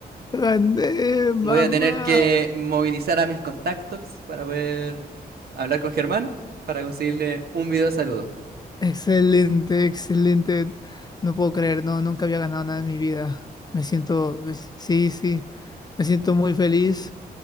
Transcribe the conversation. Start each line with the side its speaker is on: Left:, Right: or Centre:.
Left: Gané, mamá.
Right: Voy a tener que movilizar a mis contactos para poder hablar con Germán para conseguirle un video saludo.
Left: Excelente, excelente. No puedo creer, no, nunca había ganado nada en mi vida. Me siento, sí, sí, me siento muy feliz.